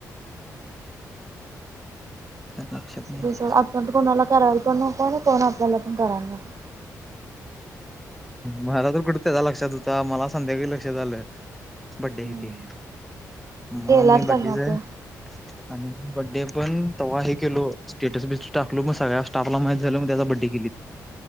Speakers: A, in the centre; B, on the right.
A: त्यात लक्षात
B: असू
A: नाही
B: दे
A: ते
B: सोड आपण तर कोणाला करायला पण नको ना कोण आपल्याला पण करायला नको
A: मला तर कुठे त्याच्या लक्षात होता मला संध्याकाळी लक्षात आलंय बड्डे आहे
B: हम्म
A: ते मग
B: गेलाच
A: मी
B: तर
A: बड्डेच
B: ना
A: आहे
B: तो
A: आणि बड्डे पण तेव्हा हे केलो स्टेटस बिटस टाकलो मग सगळ्या स्टाफला माहित झालं मग त्याचा बड्डे केली